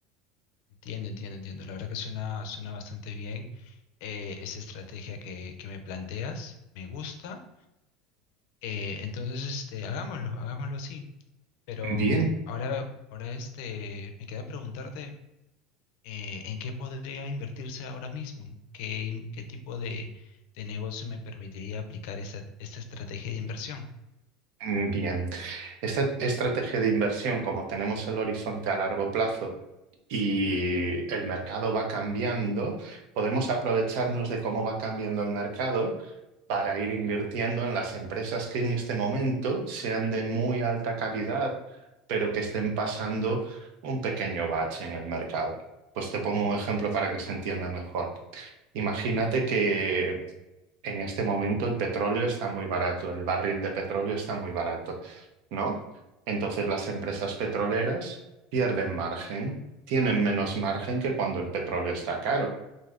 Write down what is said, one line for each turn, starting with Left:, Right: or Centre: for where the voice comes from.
Left: Entiendo, entiendo, entiendo. La verdad que suena, suena bastante bien eh, esa estrategia que, que me planteas, me gusta. Eh, entonces, este, hagámoslo, hagámoslo así. Pero
Right: Bien,
Left: ahora, ahora este, me queda preguntarte eh, en qué podría invertirse ahora mismo, qué, in- qué tipo de, de negocio me permitiría aplicar esta, esta estrategia de inversión.
Right: mm, bien. Esta estrategia de inversión, como tenemos el horizonte a largo plazo y el mercado va cambiando, podemos aprovecharnos de cómo va cambiando el mercado para ir invirtiendo en las empresas que en este momento sean de muy alta calidad, pero que estén pasando un pequeño bache en el mercado. Pues te pongo un ejemplo para que se entienda mejor. Imagínate que en este momento el petróleo está muy barato, el barril de petróleo está muy barato, ¿no? Entonces las empresas petroleras pierden margen, tienen menos margen que cuando el petróleo está caro.